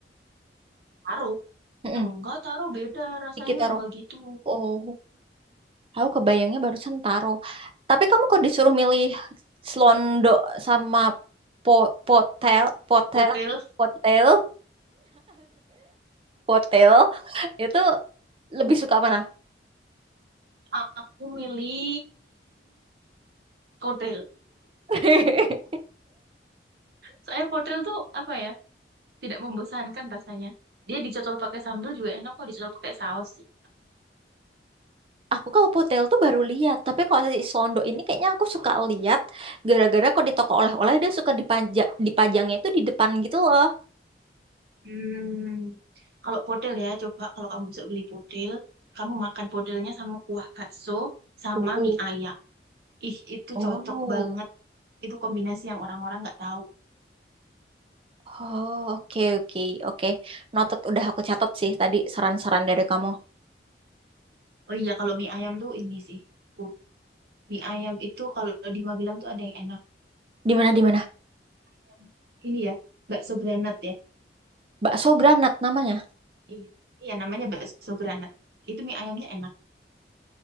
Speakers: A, on the right (about 60°); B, on the right (about 30°).
A: Taruh.
B: mm
A: Enggak, taruh beda rasanya
B: Dikit taro.
A: enggak gitu.
B: Oh. Aku kebayangnya barusan taro. Tapi kamu kok disuruh milih Slondo sama po potel, potel,
A: Hotel,
B: potel, potel, itu lebih suka mana?
A: aku milih hotel.
B: <laughs>
A: Soalnya hotel tuh apa ya? Tidak membosankan rasanya. Dia dicocol pakai sambal juga enak kok dicocol pakai saus sih.
B: Aku kalau potel tuh baru lihat, tapi kalau si Slondo ini kayaknya aku suka lihat gara-gara kok di toko oleh-oleh dia suka dipajak dipajangnya itu di depan gitu loh.
A: Hmm, kalau podel ya, coba kalau kamu bisa beli podel, kamu makan podelnya sama kuah bakso sama
B: Oh.
A: mie ayam. Ih, itu
B: Oh,
A: cocok banget. Itu kombinasi yang orang-orang nggak tahu.
B: oh, oke oke oke. Noted udah aku catat sih tadi saran-saran dari kamu.
A: Oh iya, kalau mie ayam tuh ini sih. Uh, mie ayam itu kalau di Magelang tuh ada yang enak.
B: Di mana di mana?
A: Yang Ini ya, bakso granat ya.
B: Bakso Granat namanya.
A: Iya, iya namanya bakso granat. Itu mie ayamnya enak.